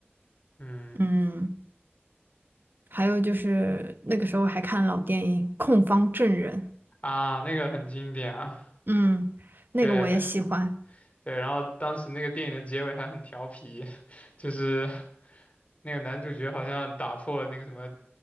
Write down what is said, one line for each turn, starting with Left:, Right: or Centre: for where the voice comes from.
Left: 嗯，
Right: 嗯还有就是那个时候还看老电影《控方证人》，
Left: 啊，那个很经典啊，
Right: 嗯，那个我也喜欢。
Left: 对对，然后当时那个电影的结尾还很调皮，就是那个男主角好像打破那个什么